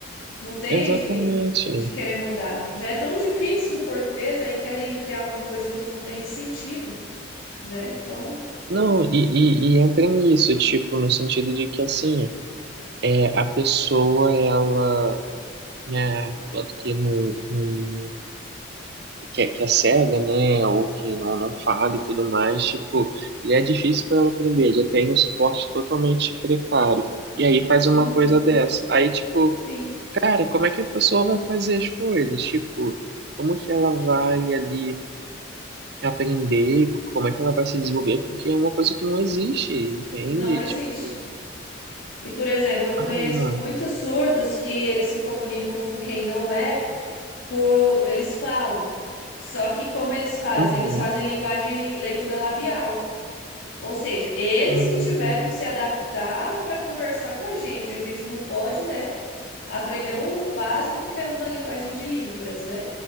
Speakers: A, on the left; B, on the right.
A: não tem
B: exatamente.
A: isso de, de querer mudar. Já é tão difícil o português, aí querem enfiar uma coisa que não tem sentido, né? Então
B: Não, e, e, e entra nisso, tipo, no sentido de que assim, é, a pessoa, ela É, tanto que não no que, é- que é cega, né, ou que não, não fala e tudo mais, tipo, já é difícil para ela aprender, já tem um suporte totalmente precário. E aí faz
A: Uhum,
B: uma coisa dessa. Aí, tipo,
A: sim,
B: cara, como é que a pessoa vai fazer as coisas? Tipo, como que ela vai ali aprender? Como é que ela vai se desenvolver? Porque é uma coisa que não existe, entende?
A: não existe.
B: Tipo,
A: E, por exemplo, eu conheço
B: ai, ó,
A: muitos surdos que eles se comunicam com quem não é, por eles falam. Só que como eles fazem?
B: uhum,
A: Eles fazem linguagem, leitura labial. Ou seja, eles
B: hum,
A: que tiveram que se adaptar para conversar com a gente. A gente não pode, né? aprendeu o básico, que é uma linguagem de Libras, né?